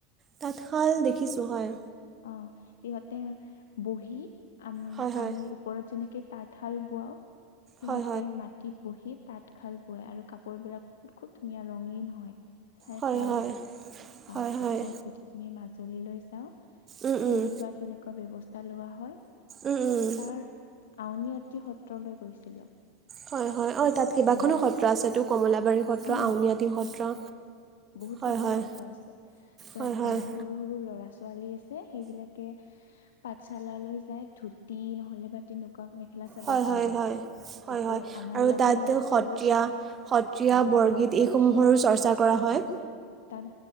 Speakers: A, on the right (about 25°); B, on the left (about 65°).
A: তাঁতশাল দেখিছোঁ হয়।
B: অ ইহঁতে। বহি আম
A: হয় হয়
B: আমি ওপৰত যেনেকে তাঁতশাল বোৱাও। সিহঁতে
A: হয় হয়
B: মাটিত বহী। তাঁতশাল বয় আৰু কাপোৰ বিলাক বহুত খুব ধুনীয়া ৰঙীন হয়। চাই
A: হয়
B: ভাল
A: হয়
B: লাগে অ
A: হয় হয়
B: আকৌ যদি আমি মাজুলীলৈ যাওঁ।
A: উম
B: ফেৰী
A: উম
B: বা তেনেকুৱা ব্যৱস্থা লোৱা হয়।
A: উম উম।
B: তাৰ আউনীআটী সত্ৰলৈ গৈছিলো।
A: হয় -হয় -হয় অ'তাত
B: তাত
A: কেইবাখনো
B: এডাল
A: সত্ৰ আছেতো কমলাবাৰী সত্ৰ,
B: অ
A: আউনীআটী
B: হয়
A: সত্ৰ
B: বহুত
A: হয়
B: কেইখন
A: হয়
B: সত্ৰ আছে য'ত
A: হয় হয়
B: আহ সৰু - সৰু ল'ৰা -ছোৱালী আছে সেইবিলাকে পাঠশালালৈ যায় ধুতি নহলে বা তেনেকুৱা মেখেলা চাদৰ
A: হয়
B: পিন্ধে
A: -হয় -হয় -হয়
B: এইটো
A: -হয়
B: আমাৰ
A: আৰু
B: ইয়াতে
A: তাত
B: ল'ৰা
A: সত্ৰীয়া-
B: ছোৱালী
A: সত্ৰীয়া
B: অ
A: বৰগীত
B: হয় সত্ৰীয়
A: এইসমূহৰো চৰ্চা কৰা হয়।
B: অ তাত